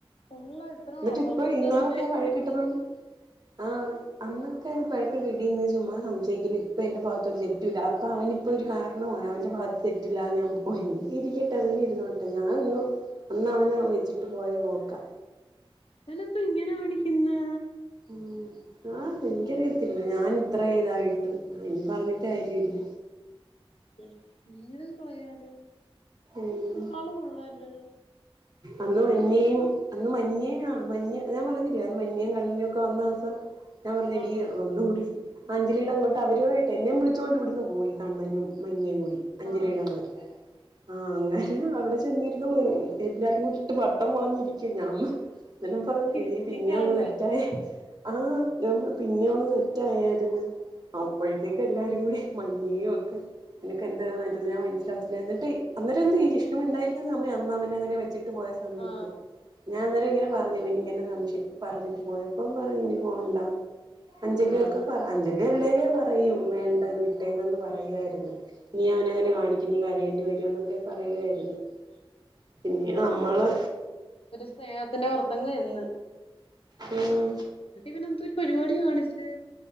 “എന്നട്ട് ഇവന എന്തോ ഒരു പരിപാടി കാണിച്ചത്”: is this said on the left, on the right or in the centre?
Left